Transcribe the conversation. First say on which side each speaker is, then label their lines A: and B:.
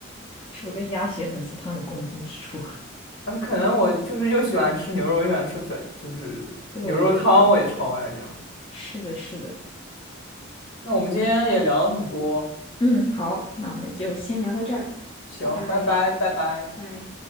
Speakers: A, on the left (about 25°); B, on the left (about 75°).
A: 是不是跟鸭血粉丝汤有共通之处？<laughs>
B: 啊，可能我就是又喜欢吃牛肉，又喜欢吃粉，就是牛肉汤我也超爱这样。
A: 对对对，是的，是的。
B: 那我们今天也聊了很多，
A: 嗯，好，那我们就先聊到这儿，
B: 行，
A: 拜拜，
B: 拜拜，拜拜。
A: 拜。